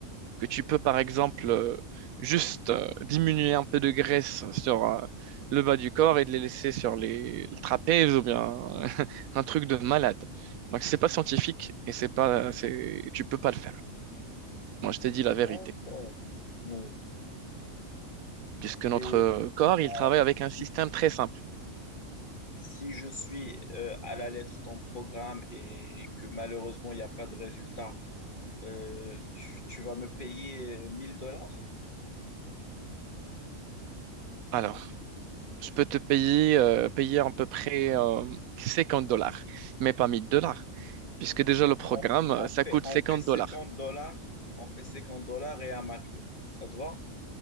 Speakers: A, on the right; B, on the left.
A: que tu peux par exemple euh, juste euh, diminuer un peu de graisse sur euh, le bas du corps et de les laisser sur les le trapèze ou bien <laughs> un truc de malade. Donc c'est pas scientifique et c'est pas c'est tu peux pas le faire. Moi je t'ai dit la
B: d'accord.
A: vérité
B: Oui.
A: puisque notre
B: Et du
A: corps
B: coup, bah,
A: il travaille
B: si,
A: avec
B: si-
A: un système très simple.
B: si je suis euh, à la lettre ton programme et que malheureusement, il n'y a pas de résultat, euh, tu, tu vas me payer euh, 1000 dollars?
A: Alors je peux te payer euh, payer à peu près euh, 50 dollars mais pas 1000 dollars. Puisque
B: C'est-
A: déjà le programme,
B: On,
A: euh,
B: on
A: ça
B: fait,
A: coûte
B: on
A: 50
B: fait 50
A: dollars.
B: dollars, on fait 50 dollars et un McDo. Ça te va?